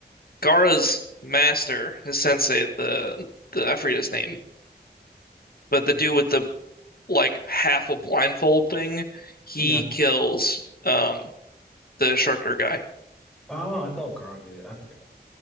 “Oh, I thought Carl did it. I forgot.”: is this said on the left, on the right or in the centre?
Centre